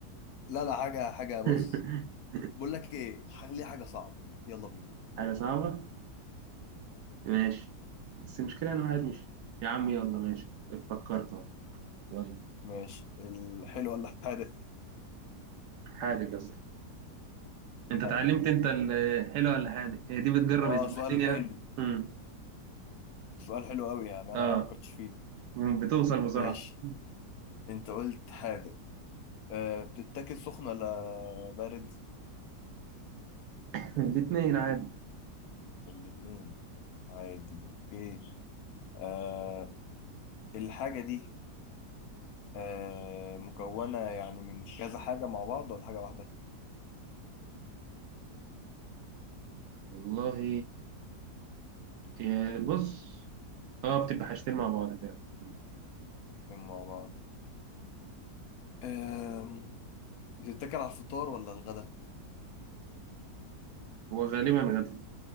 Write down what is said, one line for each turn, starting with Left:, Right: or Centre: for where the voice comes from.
Left: لا لا حاجة حاجة بص
Right: <laughs>
Left: بقول لك ايه خلي حاجة صعبة يلا بينا
Right: حاجة صعبة؟ ماشي بس المشكلة أنا واحد مش يا عم يلا ماشي فكرت أهو يلا
Left: ماشي الحلو ولا حادث
Right: حادق يا اسطى أنت اتعلمت
Left: حادث
Right: أنت الحلوة ولا حادق؟ هي دي بتجرب
Left: اه سؤال
Right: الدنيا
Left: حلو
Right: مم.
Left: سؤال حلو قوي يعني
Right: أه
Left: انا ما فكرتش فيه
Right: بتوصل بسرعة
Left: ماشي انت قلت حادث آه بتتاكل سخن ولا بارد
Right: <laughs> الاتنين عادي
Left: الاثنين عادي اوكي آه الحاجة دي آه مكونة يعني من كذا حاجة مع بعض ولا حاجة واحدة؟
Right: والله إيه، بص اه بتبقى حاجتين مع بعض فعلا مم.
Left: اتنين مع بعض آه بتتاكل على الفطار ولا الغدا؟
Right: هو غالبا غدا